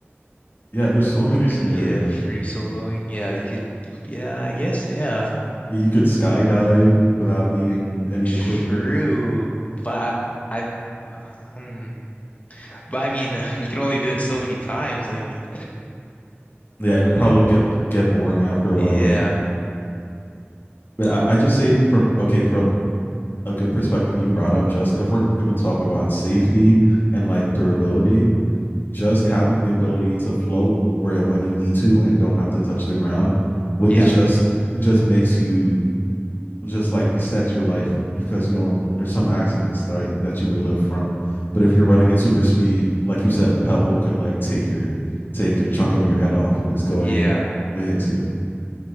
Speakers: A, on the left (about 50°); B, on the left (about 35°).
A: yeah, there's so
B: Like
A: many scenarios.
B: yeah, free soloing. Yeah, you could yeah, I guess yeah.
A: Yeah, you could skydive without needing any
B: True,
A: equipment.
B: but I, hmm, but I mean, you can only do it so many times. I mean,
A: Yeah,
B: like,
A: it'd probably
B: Um,
A: get get boring after a
B: yeah,
A: while, right? But I, I just say it from okay, from a good perspective you brought up, just if we're gonna talk about safety and like durability, just having the ability to float where when you need to and don't have to touch the ground, what
B: yeah,
A: is just it just makes you just like extends your life because you don't there's some accidents right that you would live from but if you're running at super speed like you said a pebble could like take your take a chunk of your head off if it's going
B: yeah.
A: that hits you